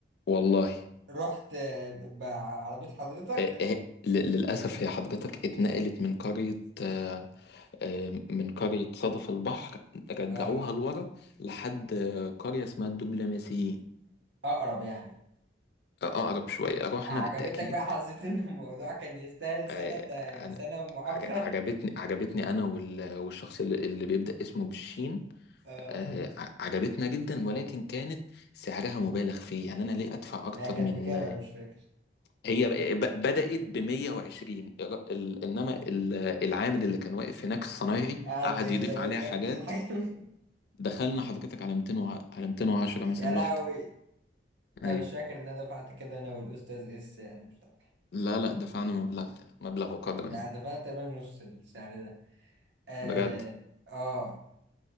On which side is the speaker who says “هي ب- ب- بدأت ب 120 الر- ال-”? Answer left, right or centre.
Left